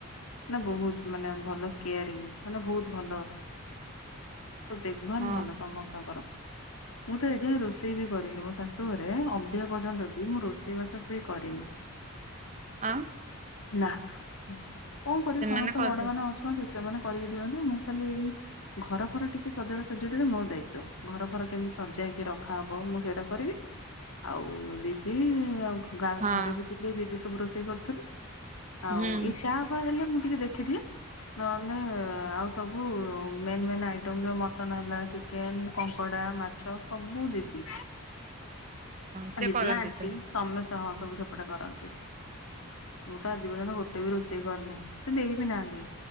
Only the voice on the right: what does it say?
ହଁ
ଆଁ?
ସେମାନେ
କରିଦଉ
ହଁ
ହୁଁ
ସେ
କରନ୍ତି
ସବୁ।